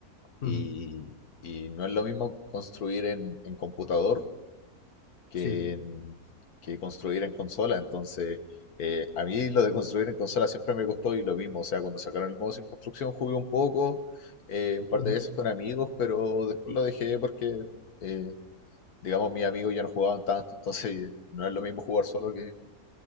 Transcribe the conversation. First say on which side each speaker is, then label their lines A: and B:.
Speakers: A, on the left; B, on the left.
A: ujú,
B: y, y no es lo mismo construir en, en computador que,
A: Sí.
B: en- que construir en consola. Entonces, eh, a mí lo de construir en consola siempre me gustó y lo mismo. O sea, cuando sacaron el modo sin construcción jugué un poco, eh, un par
A: ujú.
B: de veces con amigos, pero después lo dejé porque, eh, digamos, mis amigos ya no jugaban tanto. Entonces, no es lo mismo jugar solo que,